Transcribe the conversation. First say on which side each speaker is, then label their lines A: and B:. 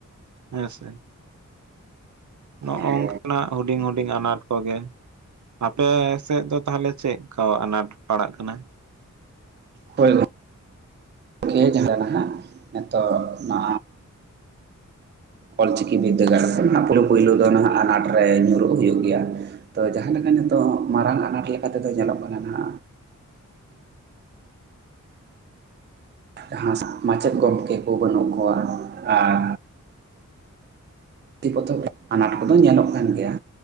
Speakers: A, on the right (about 65°); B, on the right (about 35°).
A: ᱦᱮᱸᱥᱮ ᱱᱚᱜᱼᱚᱝᱠᱟᱱᱟᱜ
B: ᱦᱮᱸ
A: ᱦᱩᱰᱤᱧ ᱦᱩᱰᱤᱧ ᱟᱱᱟᱴ ᱠᱚᱜᱮ᱾ ᱟᱯᱮ ᱥᱮᱫ ᱫᱚ ᱛᱟᱦᱚᱞᱮ ᱪᱮᱫᱠᱟ ᱟᱱᱟᱴ ᱯᱟᱲᱟᱜ ᱠᱟᱱᱟ?
B: ᱦᱳᱭ ᱠᱤᱭᱮ ᱡᱟᱸᱦᱟ ᱱᱟᱦᱟᱜ ᱱᱤᱛᱚᱜ ᱱᱟ ᱚᱞ ᱪᱤᱠᱤ ᱵᱤᱫᱽᱫᱟᱹᱜᱟᱲ ᱯᱩᱭᱞᱳ ᱯᱩᱭᱞᱳ ᱫᱚ ᱱᱟᱜ ᱟᱱᱟᱴ ᱨᱮ ᱧᱩᱨᱩᱜ ᱦᱩᱭᱩᱜ ᱜᱮᱭᱟ᱾ ᱛᱚ ᱡᱟᱦᱟᱸ ᱞᱮᱠᱟ ᱱᱤᱛᱚᱜ ᱢᱟᱨᱟᱝ ᱟᱱᱟᱴ ᱞᱮᱠᱟ ᱛᱮᱫᱚ ᱧᱮᱞᱚᱜ ᱠᱟᱱᱟ ᱱᱟᱜ᱾ ᱡᱟᱦᱟᱸ ᱢᱟᱪᱮᱫ ᱜᱚᱢᱠᱮ ᱠᱚ ᱵᱟᱹᱱᱩᱜ ᱠᱚᱣᱟ ᱟᱨ ᱯᱩᱛᱷᱤ, ᱯᱚᱛᱚᱵ, ᱟᱱᱟᱴ ᱠᱚᱫᱚ ᱧᱮᱞᱚᱜ ᱠᱟᱱ ᱜᱮᱭᱟ,